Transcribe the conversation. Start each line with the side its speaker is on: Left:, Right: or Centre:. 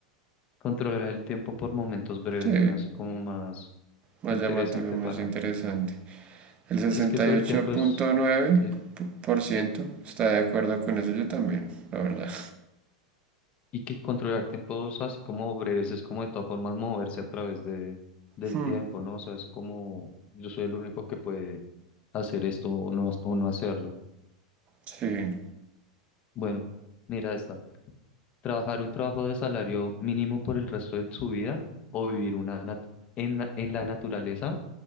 Left: Controlar el tiempo por momentos breves
Right: Sí,
Left: se me hace como más
Right: más
Left: interesante
Right: llamativo, más
Left: para...
Right: interesante. El sesenta
Left: Es que eso
Right: y
Left: del
Right: ocho
Left: tiempo
Right: punto
Left: es...
Right: nueve
Left: Sí,
Right: por ciento
Left: sí.
Right: está de acuerdo con eso, yo también, la verdad.
Left: Y que controlar tiempos así como breves es como de todas formas moverse a través de, del
Right: Hmm,
Left: tiempo, ¿no? O sea, es como yo soy el único que puede hacer esto o no, o no hacerlo.
Right: Sí,
Left: Bueno, mira esta. Trabajar un trabajo de salario mínimo por el resto de su vida o vivir una nat- en, la- en la naturaleza,